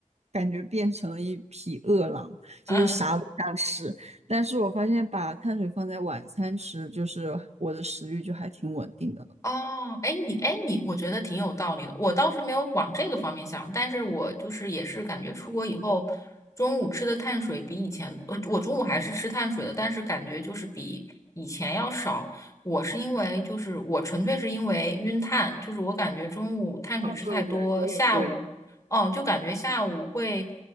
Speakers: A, on the right (about 55°); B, on the left (about 25°).
A: 感觉变成了一匹饿狼，
B: 嗯
A: 就是啥都想吃。但是我发现把碳水放在晚餐吃，就是我的食欲就还挺稳定的了。
B: 哦，哎，你，哎，你，我觉得挺有道理的。我倒是没有往这个方面想，但是我就是也是感觉出国以后，中午吃的碳水比以前，呃，我中午还是吃碳水的，但是感觉就是比以前要少。我是因为就是我纯粹是因为晕碳，就是我感觉中午碳水吃太多，
A: 啊，对对，我也会。
B: 下午，哦，就感觉下午会，